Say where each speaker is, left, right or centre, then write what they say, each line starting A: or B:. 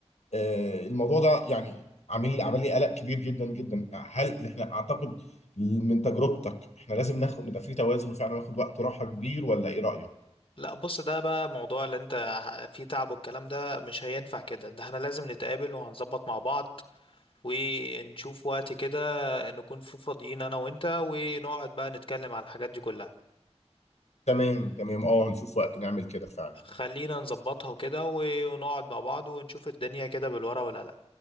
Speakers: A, on the left; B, on the left.
A: آه، الموضوع ده يعني عامل لي عمل لي قلق كبير جدا جدا هل احنا اعتقد من تجربتك احنا لازم ناخد نبقى في توازن وفعلا ناخد وقت راحه كبير ولا ايه رايك؟
B: لا بص ده بقى موضوع اللي انت ح- فيه تعب والكلام ده مش هينفع كده ده احنا لازم نتقابل وهنظبط مع بعض ونشوف وقت كده نكون في فاضيين انا وانت ونقعد بقى نتكلم على الحاجات دي كلها
A: تمام تمام اه هنشوف وقت نعمل كده فعلا
B: خلينا نظبطها وكده ونقعد مع بعض ونشوف الدنيا كده بالورقة والقلم